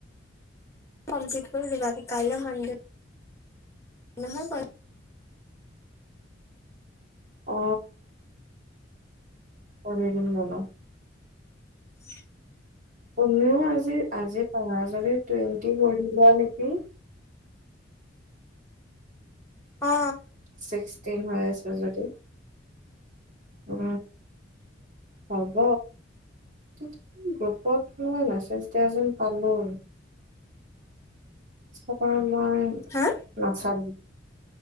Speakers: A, on the left (about 15°); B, on the right (about 45°).
A: <unintelligible> কৰি দিবাকি কাইলে মন্দিৰ নহয় পৰে
B: অ কৰি দিম ৰবা
A: <inaudible>
B: কমিও আজি আজি অ যদি টুৱেন্টি <unintelligible> নেকি
A: অ অ
B: ছিক্স হৈ আছে যদি উ হব তেতিয়া গ্ৰুপত লোৱা মেছেজ দিয়া যেন পালো চকাৰ মই
A: হা
B: নাচালো